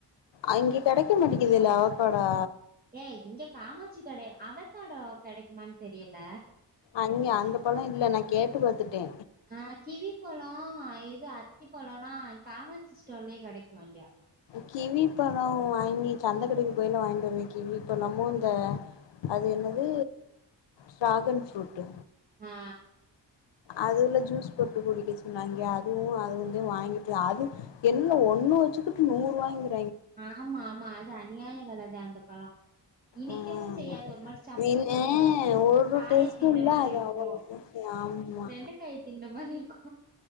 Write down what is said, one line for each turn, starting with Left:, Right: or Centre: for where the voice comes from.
Left: அங்க கெடைக்க மாட்டிகிதுல்ல அவக்கோடோ
Right: ஏய் இங்க காமாச்சி கடை அவக்காடோ கெடைக்குமான் தெரியல
Left: அங்கே அந்த பழோ இல்ல நா கேட்டு பாத்துட்டே
Right: ஆ கிவிப்பழோ அ இது அத்திப்பழோனா இங் காமாச்சி ஸ்டோர்லியே கெடைக்கு இங்க
Left: கிவி பழொ வாங்கி சந்த கடைக்கி போகைல வாங்கிட்டு வருவே கிவி பழமு இந்த அது என்னது ட்ராகன் ஃப்ரூட்டு
Right: ஆ ஆ
Left: அதுல ஜூஸ் போட்டு குடிக்க சொன்னாங்க அதுவு அது வந்து வாங்கிட்டு அது என்ன ஒன்னு வெச்சுகிட்டு நூர்வா கிறா
Right: ஆமா ஆமா அது அநியாய வில தா அந்த பழோ இனிக்கவு
Left: ஆமா
Right: செய்யாது ஒரு மாரி சப்புன்னு
Left: மீனு
Right: இருக்கு
Left: ஒரு
Right: காய
Left: டேஸ்ட்டு
Right: தின்ட
Left: இல்ல
Right: மாரி
Left: அது
Right: இருக்கு
Left: அவ்ளோ காசு ஆமா
Right: வெண்டக்காய தின்ட மாரி இருக்கு